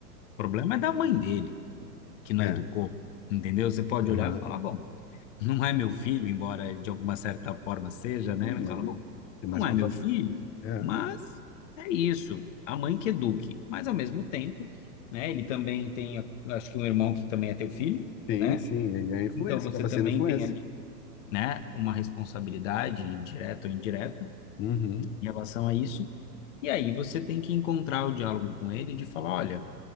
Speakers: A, on the left; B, on the left.
A: problema é da mãe dele, que não
B: é,
A: educou, entendeu? Você pode
B: uhum.
A: olhar e falar, bom, não é meu filho, embora de alguma certa forma seja, né?
B: Sim,
A: Mas
B: mas
A: fala,
B: eu
A: bom,
B: tenho
A: não
B: mais contato.
A: é meu filho,
B: É,
A: mas é isso, a mãe que eduque. Mas ao mesmo tempo, né, ele também tem, acho que um irmão que também é teu filho,
B: sim,
A: né?
B: sim, e a influência,
A: Então você
B: acaba
A: também
B: sendo influência.
A: tem ali, né, uma responsabilidade direta ou indireta
B: Uhum,
A: em relação a isso. E aí você tem que encontrar o diálogo com ele de falar, olha,